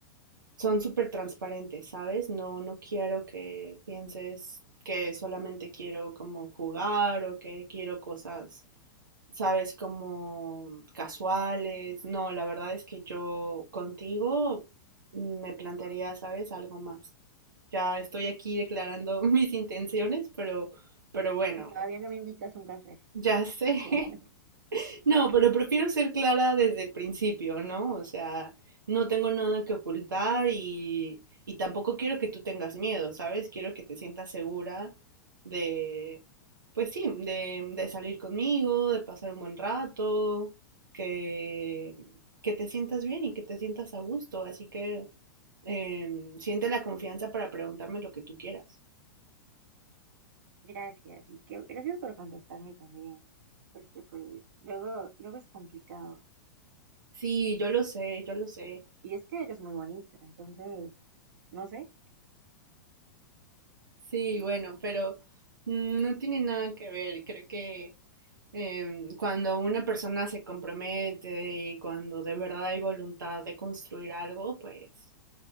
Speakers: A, on the right; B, on the right.
A: son súper transparentes, ¿sabes? No, no quiero que pienses que solamente quiero como jugar o que quiero cosas sabes, como casuales. No, la verdad es que yo contigo me plantearía, sabes, algo más. Ya estoy aquí declarando <laughs> mis intenciones, pero, pero bueno,
B: Y todavía no me invitas a un café.
A: ya sé
B: <laughs>
A: no, pero prefiero ser clara desde el principio, ¿no? O sea, no tengo nada que ocultar y, y tampoco quiero que tú tengas miedo, ¿sabes? Quiero que te sientas segura de, pues sí, de, de salir conmigo, de pasar un buen rato, que, que te sientas bien y que te sientas a gusto. Así que em, siente la confianza para preguntarme lo que tú quieras.
B: Gracias, y que gracias por contestarme también, porque pues luego, luego es complicado.
A: Sí, yo lo sé, yo lo sé.
B: Y es que eres muy bonita, entonces, no sé.
A: Sí, bueno, pero mm, no tiene nada que ver. Creo que em, cuando una persona se compromete y cuando de verdad hay voluntad de construir algo, pues